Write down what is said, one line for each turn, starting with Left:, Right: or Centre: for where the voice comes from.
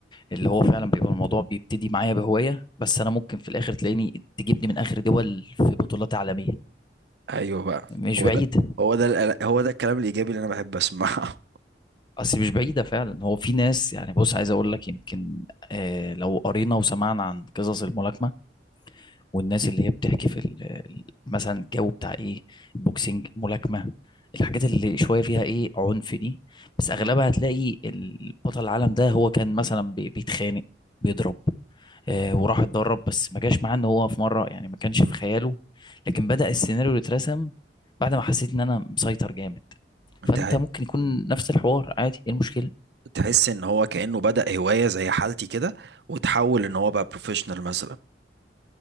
Left: اللي هو فعلا بيبقى الموضوع بيبتدي معايا بهواية بس انا ممكن في الاخر تلاقيني تجيبني من اخر دول في بطولات عالمية
Right: ايوه بقى
Left: مش
Right: هو
Left: بعيد
Right: ده هو ده القل- هو ده الكلام الايجابي اللي انا بحب اسمعه
Left: اصل مش بعيدة فعلا هو في ناس يعني بص عايز اقول لك يمكن آه لو قرينا وسمعنا عن قصص الملاكمة والناس اللي هي بتحكي في ال- ال- مثلا الجو بتاع ايه بوكسنج ملاكمة الحاجات اللي شوية فيها ايه عنف دي بس اغلبها
Right: مم.
Left: هتلاقي البطل العالم ده هو كان مثلا بي- بيتخانق بيضرب آه وراح اتدرب بس ما جاش معاه ان هو في مرة يعني ما كانش
Right: مم.
Left: في خياله لكن بدأ السيناريو يترسم بعد ما حسيت ان انا مسيطر جامد
Right: <laughs> انت
Left: فانت
Right: ع-
Left: ممكن يكون
Right: مم.
Left: نفس الحوار عادي ايه المشكلة
Right: تحس ان هو كانه بدا هوايه زي حالتي كده وتحول ان هو بقى بروفيشنال مثلا